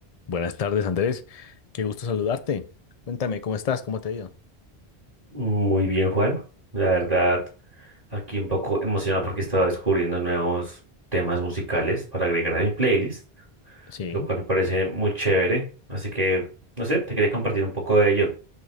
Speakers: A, on the left (about 40°); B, on the right (about 40°).
A: Buenas tardes, Andrés. Qué gusto saludarte. Cuéntame, ¿cómo estás? ¿Cómo te ha ido?
B: Muy bien, Juan. La verdad, aquí un poco emocionado porque estaba descubriendo nuevos temas musicales para agregar a mi playlist,
A: Sí.
B: lo cual me parece muy chévere. Así que, no sé, te quería compartir un poco de ello.